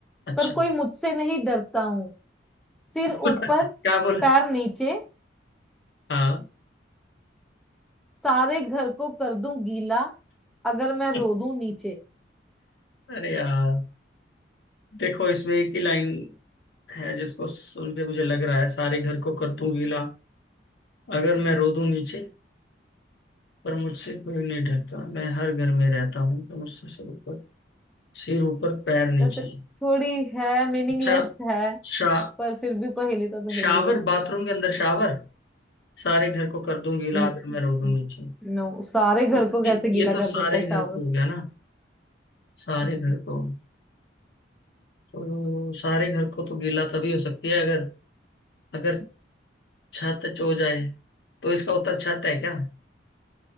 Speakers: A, on the left; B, in the centre.
A: अच्छा
B: पर कोई मुझसे नहीं डरता हूँ सिर
A: <laughs>
B: ऊपर
A: क्या बोला
B: पैर नीचे
A: हाँ
B: सारे घर को कर दूं गीला अगर मैं
A: <laughs>
B: रो दूं नीचे
A: अरे यार देखो इसमें एक ही लाइन है जिसको सुन के मुझे लग रहा है सारे घर को कर दूं गीला अगर मैं रो दूं नीचे पर मुझसे कोई नहीं डरता मैं हर घर में रहता हूँ तो मुझसे सब ऊपर सिर ऊपर पैर नीचे
B: वैसे थोड़ी है मीनिंगलेस
A: अच्छा
B: है
A: शा
B: पर फिर भी पहेली तो पहेली
A: शावर
B: है
A: बाथरूम के अंदर शावर सारे घर को कर दूं गीला
B: न-
A: आकर मैं रो दूंगी जी
B: नो सारे घर
A: ये
B: को कैसे गीला
A: ये तो
B: कर
A: सारे
B: देता है शावर
A: घर को हो गया ना सारे
B: हम्म,
A: घर को तो सारे घर को तो गीला तभी हो सकती है अगर अगर छत चो जाए तो इसका उत्तर छत है क्या